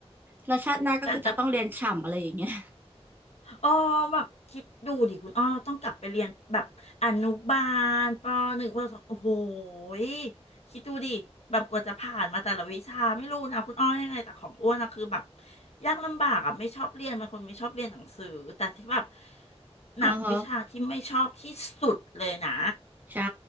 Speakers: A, on the right; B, on the left.
A: แล้วชาติหน้าก็คือจะต้องเรียนฉ่ำอะไรอย่างเงี้ย
B: แต่แต่ อ๋อแบบคิดดูดิคุณอ้อต้องกลับไปเรียนแบบอนุบาลปหนึ่งปสองโอ้โหยคิดดูดิแบบกว่าจะผ่านมาแต่ละวิชาไม่รู้นะคุณอ้อยังไงแต่ของอ้วนนะคือแบบยากลำบากอ่ะไม่ชอบเรียนเป็นคนไม่ชอบเรียนหนังสือแต่ที่แบบ
A: <laughs> อ๋อฮะ
B: นับวิชาที่ไม่ชอบที่สุดเลยนะ
A: ใช่